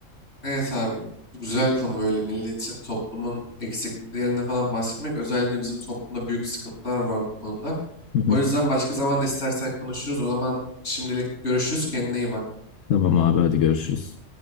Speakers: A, on the left (about 60°); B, on the left (about 75°).
A: Evet abi. Güzel konu böyle milletin, toplumun eksikliklerini falan bahsetmek. Özellikle bizim toplumda büyük sıkıntılar var bu konuda.
B: Hı
A: O
B: hı.
A: yüzden başka zaman da istersen konuşuruz. O zaman şimdilik görüşürüz. Kendine iyi bak.
B: Tamam abi hadi görüşürüz.